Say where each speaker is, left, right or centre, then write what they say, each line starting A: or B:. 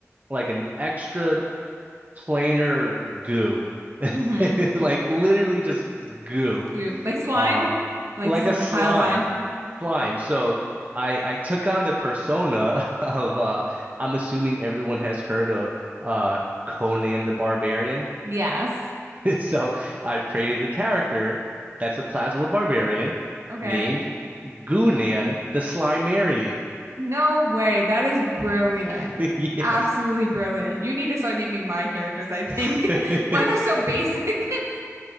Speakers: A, on the right; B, on the right.
A: like an extra planar goo,
B: Mm-hmm.
A: <laughs> like literally just goo,
B: Goo. Like slime?
A: um,
B: Like
A: like
B: just
A: a
B: a little
A: slime,
B: pile of slime?
A: slime. So I I took on the persona <laughs> of uh, I'm assuming everyone has heard of uh Conan the Barbarian.
B: Yes.
A: <laughs> So I've created a character that's a plasmid barbarian
B: Okay.
A: named Gunan the Slimerian.
B: No way. That is brilliant.
A: <laughs> Yes.
B: Absolutely brilliant. You need to start naming my characters, I think.
A: <laughs>
B: <laughs> Mine are so basic. <laughs>